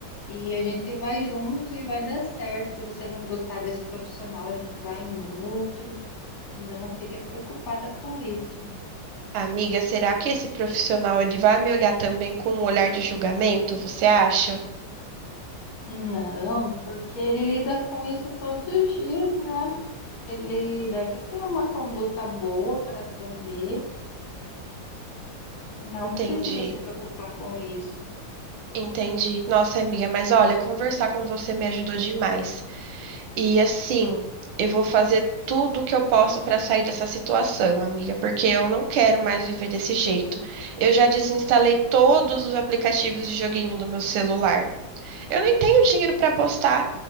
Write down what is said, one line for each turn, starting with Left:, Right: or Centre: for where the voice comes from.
Left: E a gente vai junto e vai dar certo. Se você não gostar desse profissional, a gente vai em outro. Não fica preocupada com isso.
Right: Amiga, será que esse profissional ele vai me olhar também com um olhar de julgamento, você acha?
Left: Não, porque ele lida com isso todos os dias, né? Ele deve ter uma conduta boa para atender. Não
Right: Entendi.
Left: precisa se preocupar com isso.
Right: Entendi. Nossa, amiga, mas olha, conversar com você me ajudou demais. E assim, eu vou fazer tudo o que eu posso para sair dessa situação, amiga, porque eu não quero mais viver desse jeito. Eu já desinstalei todos os aplicativos de joguinho do meu celular. Eu nem tenho dinheiro para apostar.